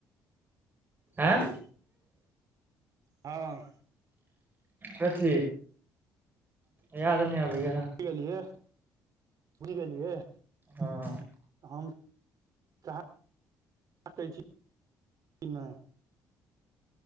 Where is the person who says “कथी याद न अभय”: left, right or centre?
Right